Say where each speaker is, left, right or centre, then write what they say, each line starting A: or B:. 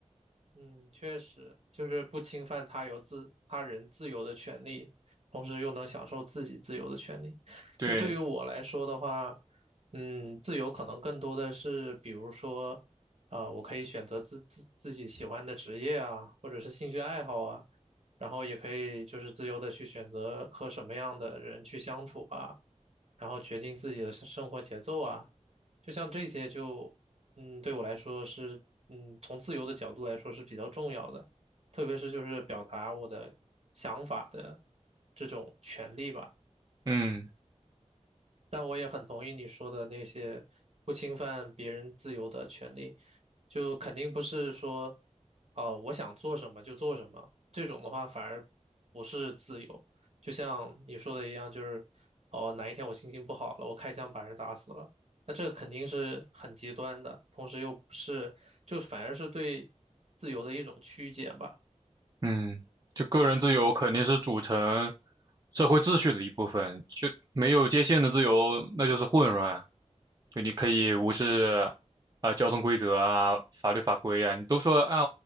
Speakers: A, on the right; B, on the right.
A: 嗯，确实，就是不侵犯他有自他人自由的权利，同时又能享受自己自由的权利。
B: 对，
A: 就对于我来说的话，嗯，自由可能更多的是，比如说，呃，我可以选择自自自己喜欢的职业啊，或者是兴趣爱好啊，然后也可以就是自由的去选择和什么样的人去相处啊，然后决定自己的生生活节奏啊。就像这些就，嗯，对我来说是，嗯，从自由的角度来说是比较重要的，特别是就是表达我的想法的这种权利吧。
B: 嗯。
A: 但我也很同意你说的那些不侵犯别人自由的权利，就肯定不是说，哦、我想做什么就做什么，这种的话反而不是自由。就像你说的一样，就是哦、哪一天我心情不好了，我开枪把人打死了，那这肯定是很极端的，同时又不是，就反而是对自由的一种曲解吧。
B: 嗯，就个人自由肯定是组成社会秩序的一部分，就没有界限的自由，那就是混乱。就你可以无视啊、交通规则啊、法律法规啊，你都说啊